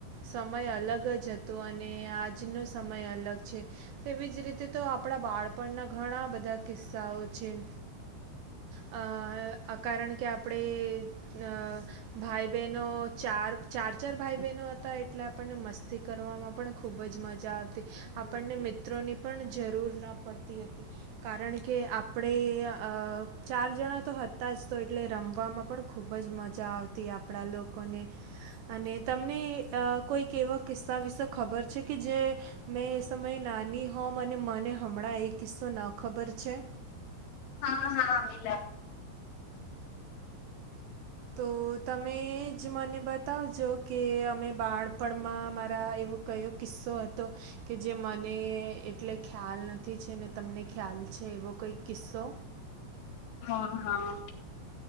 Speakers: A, on the right; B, on the left.
A: સમય અલગ જ હતો અને આજનો સમય અલગ છે. તેવી જ રીતે તો આપણા બાળપણના ઘણા બધા. કિસ્સાઓ છે આ કારણ કે આપણે. અ ભાઈ બહેનો ચાર ચાર ચાર ભાઈ બહેનો હતા એટલે આપણને મસ્તી કર. કરવામાં પણ ખૂબ જ મજા આવતી આપણને મિત્રોની પણ જરૂર ના પડતી હતી. કારણ કે‌ અ આપણે ચાર જણા તો હતા જ તો એટલે રમવામાં પણ ખૂબ જ મજા આવતી આપણા લોકોને અને તમને અ કોઈક એવા કિસ્સા વિશે ખબર છે કે જે મેં એ સમયે નાની હોમ અને મને હમણાં એ કિસ્સો ન ખબર છે
B: હા હા હાલા
A: તો તમે જ મને બતાવજો કે અમે બાણપણમાં મારા એવો કયો કિસ્સો હતો. કે જે મને એટલે ખ્યાલ નથી છે ને તમને ખ્યાલ છે એવો કંઈક કિસ્સો
B: હા હા